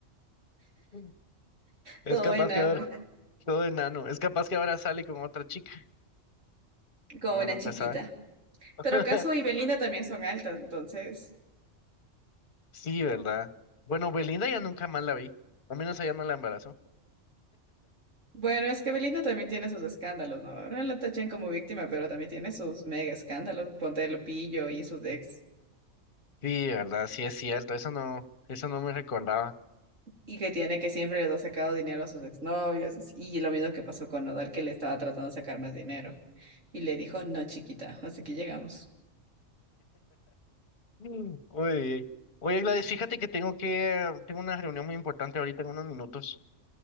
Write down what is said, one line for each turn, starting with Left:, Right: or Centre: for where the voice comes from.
Left: <laughs> Es
Right: todo
Left: capaz
Right: enano,
Left: que haber Todo enano. Es capaz que ahora sale con otra chica.
Right: como
Left: Uno
Right: una
Left: nunca
Right: chiquita.
Left: sabe. <laughs>
Right: Pero Caso y Belinda también son altas, entonces.
Left: Sí, ¿verdad? Bueno, Belinda ya nunca más la vi. Al menos allá no la embarazó.
Right: Bueno, es que Belinda también tiene sus escándalos, ¿no? Ahora la tachan como víctima, pero también tiene sus mega escándalos, ponte de Lupillo y sus ex.
Left: Sí, ¿verdad? Sí es cierto. Eso no, eso no me recordaba.
Right: Y que tiene que siempre les ha sacado dinero a sus exnovios. Y lo mismo que pasó con Nodal, que le estaba tratando de sacar más dinero. Y le dijo, no, chiquita, hasta aquí llegamos.
Left: Mm, Muy bien. Oye, Gladys, fíjate que tengo que, tengo una reunión muy importante ahorita en unos minutos.